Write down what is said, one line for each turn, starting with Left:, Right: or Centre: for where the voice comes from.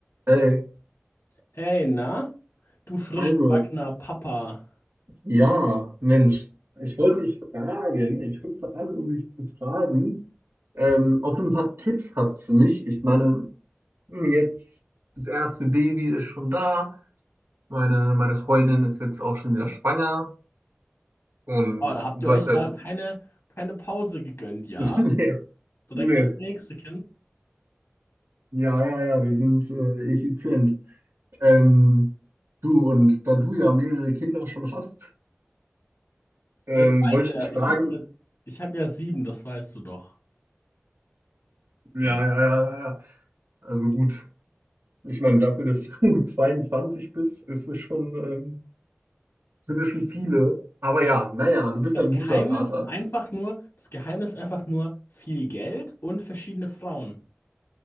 Right: Hey,
Left: Hey, na? Du frisch
Right: also,
Left: gebackener Papa.
Right: ja, Mensch, ich wollte dich fragen, ich rufe an, um dich zu fragen, ähm, ob du ein paar Tipps hast für mich. Ich meine, hm, jetzt das erste Baby ist schon da, meine, meine Freundin ist jetzt auch schon wieder schwanger und
Left: Oh, da habt
Right: du
Left: ihr euch
Right: hast also,
Left: ja keine, keine Pause gegönnt, ja?
Right: <laughs> nee,
Left: Direkt
Right: nee,
Left: das
Right: äh,
Left: nächste Kind.
Right: ja, ja, ja, wir sind äh, effizient. Ähm, du, und da du ja mehrere Kinder schon hast, ähm,
Left: Ja, du weißt
Right: wollte
Left: ja,
Right: ich dich
Left: ich
Right: fragen,
Left: habe ja, ich hab ja sieben, das weißt du doch.
Right: ja,
Left: Mensch.
Right: ja, ja, ja. ja. Also gut, ich meine, dafür, dass du <laughs> 22 bist, ist es schon, ähm, sind es schon viele. Aber ja, naja, du bist
Left: Das
Right: ein
Left: Geheimnis
Right: guter Vater.
Left: ist einfach nur, das Geheimnis ist einfach nur viel Geld und verschiedene Frauen.